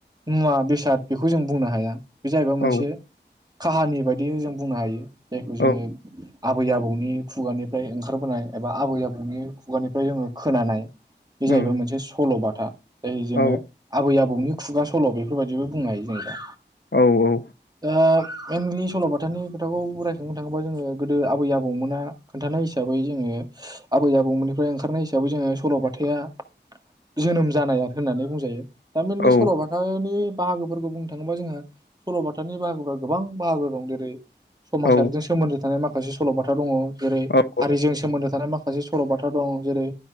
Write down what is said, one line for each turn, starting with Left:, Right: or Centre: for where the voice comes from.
Right: मुवा बेसाद बेखौ जों बुंनो हाया। बे जाहैबाय मोनसे
Left: औ
Right: खाहानि बायदि जों बुंनो हायो। जायखौ जोङो
Left: औ
Right: आबै आबौनि खुगानिफ्राय ओंखारबोनाय एबा आबै आबौनि खुगानिफ्राय जोङो खोनानाय बे
Left: उम
Right: जाहैबाय मोनसे सलबाथ था यै जोङो
Left: औ
Right: आबै आब बौनि खुगा सल बेफोरबायदिबो बुंनो हायो जों दा।
Left: औ औ
Right: दा मेनलि सलबाथानि खोथाखौ बरायखांनो थाङोबा जोङो गोदो आब आबै आबौमोना खोन्थानाय हिसाबै जोङो आबै आबौमोननिफ्राय ओंखारनाय हिसाबै जोङो सलबाथाया जोनोम जानाय होननानै बुंजायो। थारमाने
Left: औ
Right: सलबाथानि बाहागोफोरखौ बुंनो थाङोबा जोंहा सलबाथनि बाहागोफोरा गोबां बाहागो दं जेरै समाज
Left: औ
Right: हानजा सोमोन्दो थानाय माखासे सु सलबाथा दङ जेरै
Left: औ
Right: हारिजों सोमोन्दो थानाय माखासे सलबाथा दं जेरै